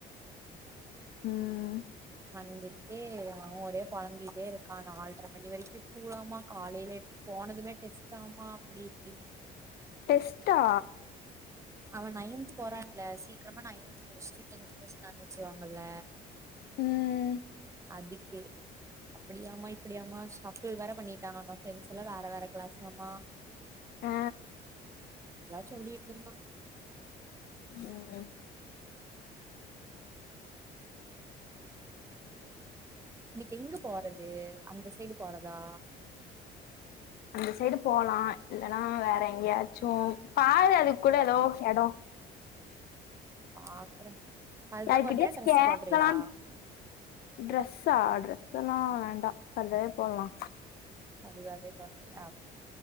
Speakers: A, on the left; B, on the right.
A: ம்
B: வந்துட்டு அவே ஒரே பொலம்பிட்டேருக்கா நால்ற மணி வரைக்கு ஸ்கூலாமா காலைல போனதுமே டெஸ்ட்டாமா அப்டி இப்டின்னு
A: டெஸ்ட்டா
B: அவே நைன்த்து போறான்ல சீக்ரமா நைன்த்து முடுச்சுட்டு டென்த்து போர்ஷன் ஆரம்பிச்சிருவாங்கல்ல
A: ம் ம்
B: அதுக்கு அப்டியாமா இப்டியாமா சஃப்ஃபுள் வேற பண்ணிட்டாங்கனா ஃப்ரெண்ட்ஸ்ஸெல்லா வேற வேற க்ளாஸ்ஸாமா
A: ஆ
B: எல்லா சொல்லிட்ருந்தா
A: ம் ம்
B: இன்னிக்கி எங்க போறது அந்த சைடு போறதா
A: அந்த சைடு போலா இல்லன்னா வேற எங்கயாச்சு பாரு அதுக்கு கூட எதோ எடோ
B: பாக்குற ஃபர்தா
A: யார்கிட்டயாச்சு
B: போட்றியா ட்ரெஸ்ஸு
A: கேக்கலான்
B: போட்றியா
A: ட்ரெஸ்ஸா ட்ரெஸ்ஸெல்லா வேண்டா ஃபர்தாவே போட்லா
B: ஃபர்தாவே போட்றியா